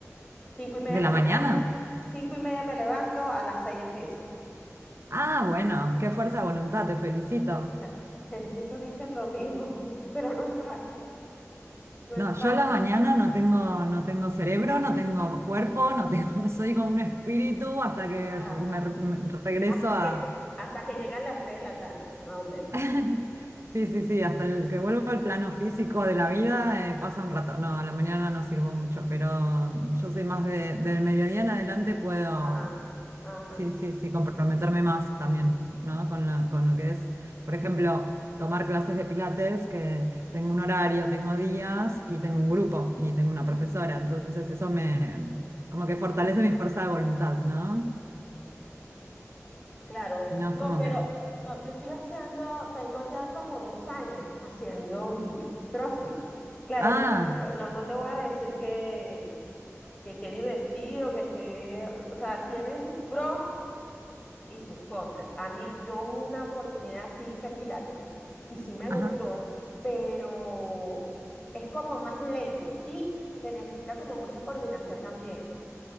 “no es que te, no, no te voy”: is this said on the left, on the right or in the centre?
Left